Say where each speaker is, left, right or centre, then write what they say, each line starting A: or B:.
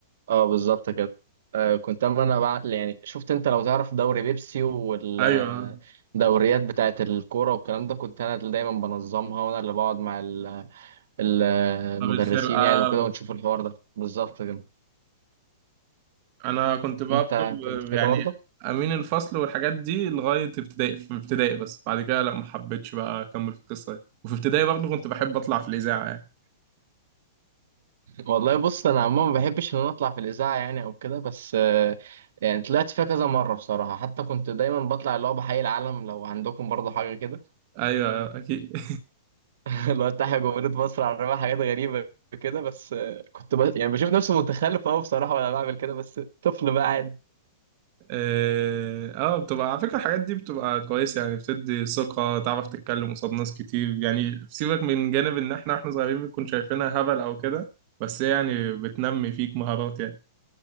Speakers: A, on the right; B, on the right.
A: اه بالظبط كده آه كنت اما انا بقى يعني شفت انت لو تعرف دوري بيبسي والدوريات
B: ايوه آه.
A: بتاعت الكوره والكلام ده كنت انا اللي دايما بنظمها وانا اللي بقعد مع ال- ال- المدرسين
B: طب الفرقه
A: يعني وكده ونشوف الحوار ده بالظبط كده
B: انا كنت برضه
A: انت كنت كده
B: يعني
A: برضه
B: امين الفصل والحاجات دي لغايه ابتدائي في ابتدائي بس بعد كده لا ما حبيتش بقى اكمل في القصه دي وفي ابتدائي برضه كنت بحب اطلع في الاذاعه يعني
A: والله بص انا عموما ما بحبش ان انا اطلع في الاذاعه يعني او كده بس آه يعني طلعت فيها كذا مره بصراحه حتى كنت دايما بطلع اللي هو بحيي العالم لو عندكم برضه حاجه كده
B: ايوه اكيد <laughs>
A: اللي افتح جمهورية مصر على الرماية حاجات غريبة كده بس آه، كنت ب... يعني بشوف نفسي متخلف قوي بصراحة وانا بعمل كده بس طفل بقى عادي
B: اه آه، بتبقى على فكره الحاجات دي بتبقى كويسه يعني بتدي ثقه تعرف تتكلم قصاد ناس كتير يعني سيبك من جانب ان احنا واحنا صغيرين بنكون شايفينها هبل او كده بس هي يعني بتنمي فيك مهارات يعني